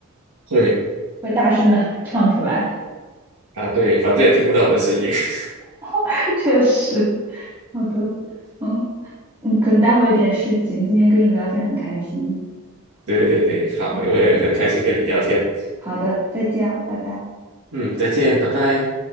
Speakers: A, on the right (about 80°); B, on the right (about 20°).
A: 会
B: 会大声的 <laughs> 唱出来？
A: 啊，对，反正也听不到我的声音。<laughs>
B: <laughs> 确实，好的，嗯嗯，可能待会有点事情，今天跟你聊天很开心。
A: 对对对，好，
B: 好的，
A: 我也很开心跟你聊天。
B: 好的，再见啊，拜拜。
A: 嗯，再见，拜拜。